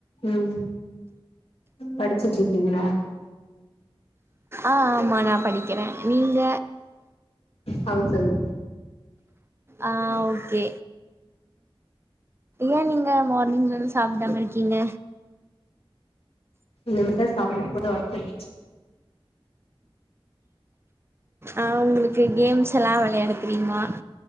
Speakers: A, on the left; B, on the right.
A: ம் படிச்சுட்டுருக்கீங்ளா
B: ஆஹ் ஆமா நா படிக்கிறே நீங்க
A: ஹவுஸ் வைப்
B: ஆ ஓகே ஏன் நீங்க மார்னிங்லருந்து சாப்பிடாமருக்கீங்க
A: இனிமேத்த சாப்பனுப்ப கொஞ்சோ ஓர்க் இருந்துச்சு
B: ஆஹ் உங்களுக்கு கேம்ஸ் எல்லா வெளயாட தெரியுமா